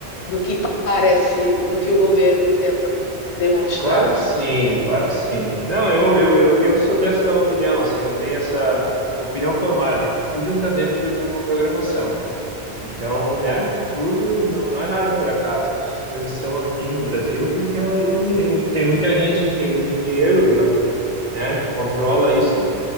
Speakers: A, on the left; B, on the right.
A: do que parece, do que o governo tenta demonstrar.
B: Claro que sim,
A: É.
B: claro que sim. Não, eu, eu, eu, eu sou dessa opinião, assim, eu tenho essa opinião formada, que tudo está dentro de uma programação. Então, né, tudo não, não é nada por acaso, né? As coisas são assim no Brasil porque ó,
A: Uhum.
B: tem, tem muita gente que tem muito dinheiro e, ó, e, né, que controla isso